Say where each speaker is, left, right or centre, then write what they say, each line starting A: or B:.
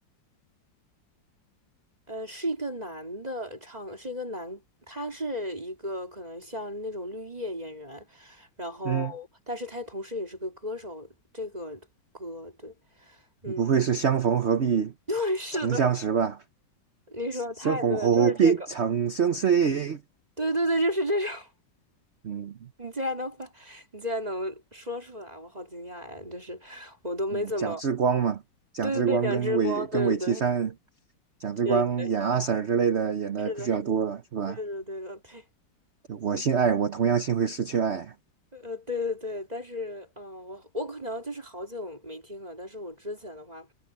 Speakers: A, on the right; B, on the right.
A: 呃，是一个男的唱，是一个男，他是一个可能像那种绿叶演员，然后但是他同时也是个歌手，
B: 嗯，
A: 这个歌对，嗯，
B: 不会是相逢何必
A: <laughs> 对，是的，
B: 曾相识吧？
A: 你说得太对了，
B: 相逢何必曾相识？
A: 就是这个，<laughs> 对对对，就是这种。
B: 嗯
A: 你竟然能发，你竟然能说出来，我好惊讶呀！就是我都没怎么，
B: 嗯，蒋志光嘛，蒋志光跟韦跟韦绮珊，
A: 对对对，两只光，对对
B: 蒋志光演阿
A: 对对对
B: Sir 之类的演的比较多了，
A: 是的，
B: 是吧？
A: 对的对的对，
B: 对我心爱，我同样心会失去爱。
A: 呃对对对，但是嗯、呃我我可能就是好久没听了，但是我之前的话